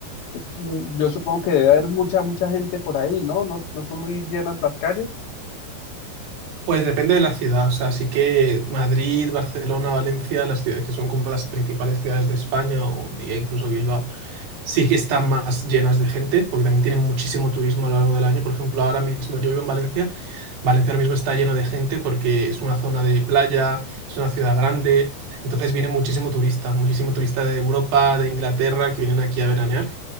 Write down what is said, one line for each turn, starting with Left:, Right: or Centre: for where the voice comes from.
Left: mm, yo supongo que debe haber mucha, mucha gente por ahí, ¿no? No, no son muy llenas las calles.
Right: Pues depende de la ciudad, o sea, sí que Madrid, Barcelona, Valencia, las ciudades que son como las principales ciudades de España o diría incluso Bilbao, sí que están más llenas de gente, porque también tienen muchísimo turismo a lo largo del año. Por ejemplo, ahora mismo yo vivo en Valencia, Valencia ahora mismo está lleno de gente porque es una zona de playa, es una ciudad grande, entonces viene muchísimo turista, muchísimo turista de Europa, de Inglaterra, que vienen aquí a veranear.